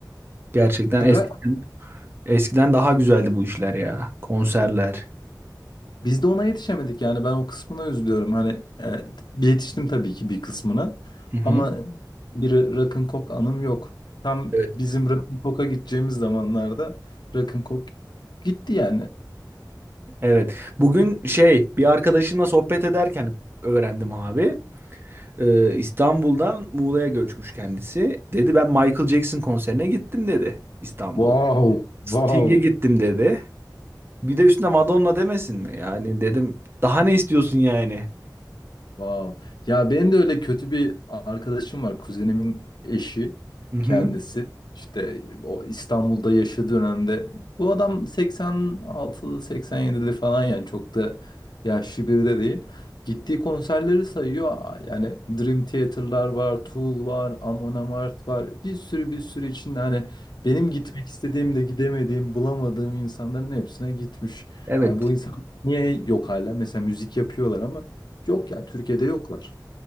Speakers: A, on the right; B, on the left.
A: Gerçekten
B: Ha,
A: eskiden eskiden daha güzeldi bu işler ya. Konserler.
B: Biz de ona yetişemedik yani ben o kısmına üzülüyorum. Hani e, yetiştim tabii ki bir kısmına
A: Hı hı.
B: ama bir rock'n'cock anım yok. Tam
A: Evet.
B: bizim rock'n'cock'a gideceğimiz zamanlarda rock'n'cock gitti yani.
A: Evet. Bugün şey bir arkadaşımla sohbet ederken öğrendim abi. Ee, İstanbul'dan Muğla'ya göçmüş kendisi. Dedi ben Michael Jackson konserine gittim dedi İstanbul'da.
B: Wow,
A: Sting'e
B: wow.
A: gittim dedi. Bir de üstüne Madonna demesin mi? Yani dedim daha ne istiyorsun yani?
B: Wow. Ya benim de öyle kötü bir arkadaşım var. Kuzenimin eşi
A: Hı hı.
B: kendisi. İşte o İstanbul'da yaşadığı dönemde bu adam 86'lı 87'li falan yani çok da yaşlı biri de değil. Gittiği konserleri sayıyor. Aa, Yani Dream Theater'lar var, Tool var, Amon Amarth var. Bir sürü bir sürü içinde hani benim gitmek istediğim de gidemediğim, bulamadığım insanların hepsine gitmiş.
A: Evet.
B: Yani bu insan niye yok hala? Mesela müzik yapıyorlar ama Yok yani Türkiye'de yoklar.